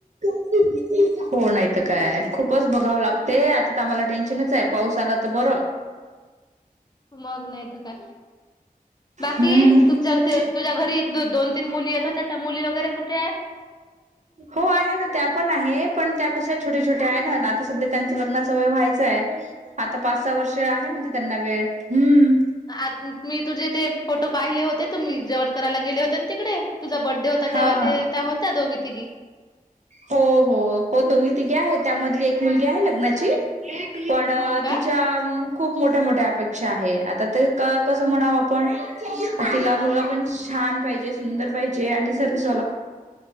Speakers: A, on the right; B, on the left.
A: हो नाहीत काय खूपच बघावं लागते आता आम्हाला टेन्शनच आहे पाऊस आला तर बरं
B: मग नाहीथ काय बाकी
A: हम्म
B: तु तुझ्या घरी दोन तीन मुली येतो त्या त्या मुली वगैरे कुठे आहे ह
A: हो आहे ना त्या पण आहे पण त्या कशा छोट्या छोट्या आहे ना आता सध्या त्यांच लग्नाचं वय व्हायचं आहे आता पाच सहा वर्ष आहे म्हणते त्यांना वेळ हम्म
B: आ मी तुझे ते फोटो पाहिले होते तुम्ही जेवण करायला गेले होते ना तिकडे तुझा बड्डे होता
A: हा
B: तेव्हा
A: हा
B: ते त्या होत्या दोघी तिघी
A: हो हो हो दोघी तिघे आहे त्यामधली एक मुलगी आहे लग्नाची पण
B: हो का
A: तिच्या खूप मोठ्या मोठ्या अपेक्षा आहे आ तर कस म्हणाव आपण तिला मुलगा पण छान पाहिजे सुंदर पाहिजे आणि सर्स